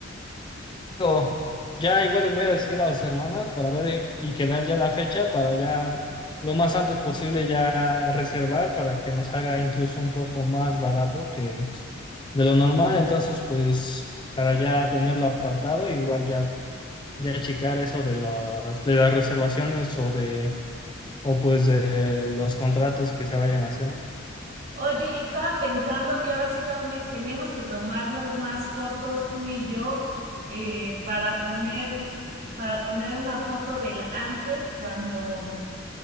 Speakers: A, on the left (about 25°); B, on the right (about 50°).
A: digo, ya igual les voy a decir a los hermanos para ver eh, y quedar ya la fecha para ya lo más antes posible ya reservar para que nos haga incluso un poco más barato que de lo normal, entonces pues para ya tenerlo apartado, igual ya ya checar eso de las, de las reservaciones o de, o pues de los contratos que se vayan a hacer.
B: Oye, estaba pensando que ahora sí tome- tenemos que tomarnos más fotos tú y yo eh, para poner, para poner una foto del antes cuando